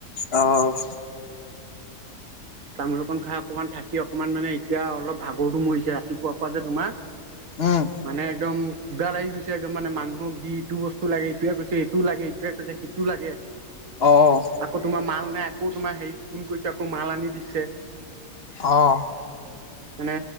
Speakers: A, on the left; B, on the right.
A: অ'।
B: তামোল অকণ খাই অকমান থাকি অকণমান মানে এতিয়া অলপ ভাগৰটো মৰিছে ৰাতিপুৱাৰ পৰা যে তোমাৰ
A: উম,
B: মানে একদম কিবা লাগি গৈছে একদম মানে, মানুহক দি ইটো বস্তু লাগে, ইটোৱে কৈছে এইটো লাগে, ইটোৱে কৈছে সিটো লাগে।
A: অ',
B: আকৌ তোমাৰ মাল নাই। আকৌ তোমাৰ হেৰিত ফোন কৰিছো, আকৌ মাল আনি দি ছে।
A: অঁ।
B: মানে,